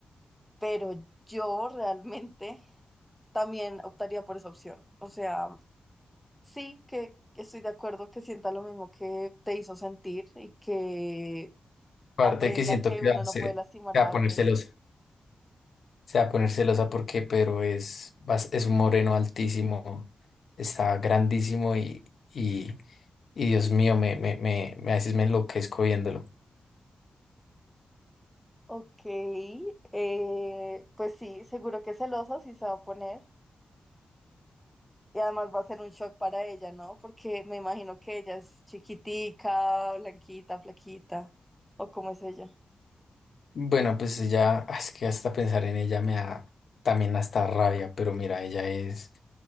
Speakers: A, in the centre; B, on the left.
A: pero yo realmente también optaría por esa opción. O sea... Sí, que que estoy de acuerdo que sienta lo mismo que te hizo sentir y que
B: Aparte
A: aprenda
B: que siento
A: que
B: que
A: uno
B: va a ser-
A: no puede lastimar
B: se
A: a
B: va a poner
A: alguien.
B: celosa. Se va a poner celosa porque Pedro es, bas- es un moreno altísimo, está grandísimo y, y, y Dios mío, me, me, me, me- a veces me enloquezco viéndolo.
A: Ok, eh, pues sí, seguro que celosa sí se va a poner y además va a ser un shock para ella, ¿no? Porque me imagino que ella es chiquitica, blanquita, flaquita, o cómo es ella.
B: Bueno, pues ella, ah, es que hasta pensar en ella me da también hasta rabia, pero mira, ella es,